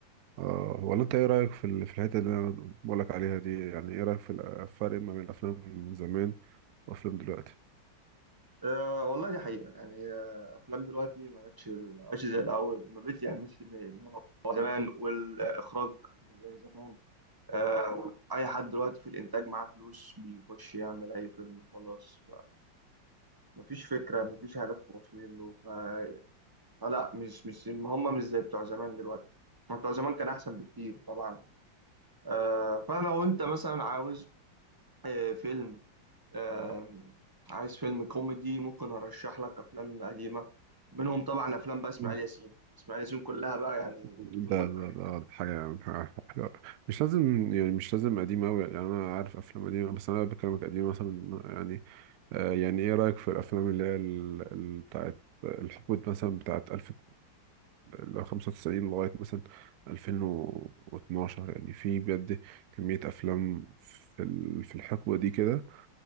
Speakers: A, on the right; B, on the right.
A: اه ولا انت ايه رايك في ال- في الحته اللي انا بقولك عليها دي يعني ايه رايك في الفرق ما بين الافلام زمان وافلام دلوقتي
B: آه والله دي حقيقه يعني آه افلام دلوقتي ما بقتش ما بقتش زي الاول ما بقتش يعني مش زي اللي هو زمان والاخراج مش زي زمان آه اي حد دلوقتي في الانتاج معاه فلوس بيخش يعمل اي فيلم وخلاص مفيش فكره مفيش هدف واصلين له ف- فلا مش مش هم مش زي بتوع زمان دلوقتي بتوع زمان كان احسن بكتير طبعا آه فانا لو انت مثلا عاوز آه فيلم آم، عايز فيلم كوميدي ممكن ارشح لك افلام قديمه منهم طبعا افلام بقى اسماعيل
A: امم
B: ياسين اسماعيل ياسين كلها بقى يعني
A: ده
B: دي متعه
A: ده ده ده حاجة حاجة حلوة مش لازم يعني مش لازم قديم أوي يعني أنا عارف أفلام قديمة بس أنا بكلمك قديم مثلا يعني آه يعني إيه رأيك في الأفلام اللي هي ال- ال- بتاعت الحقبة مثلا بتاعت ألف لو خمسة وتسعين لغاية مثلا ألفين واتناشر يعني في بجد كمية أفلام في ال- في الحقبة دي كده